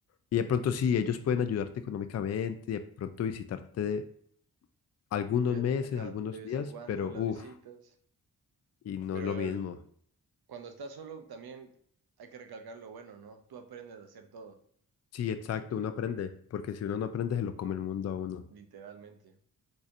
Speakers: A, on the left; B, on the right.
A: Y de pronto sí, ellos pueden ayudarte económicamente, de pronto visitarte algunos
B: De,
A: meses,
B: ve- ajá,
A: algunos
B: de vez
A: días,
B: en cuando
A: pero
B: las
A: uff.
B: visitas,
A: y no
B: pero
A: es lo mismo.
B: el- cuando estás solo también hay que recalcar lo bueno, ¿no? Tú aprendes a hacer todo,
A: Sí, exacto, uno aprende, porque si uno no aprende, se lo come el mundo a uno.
B: literalmente.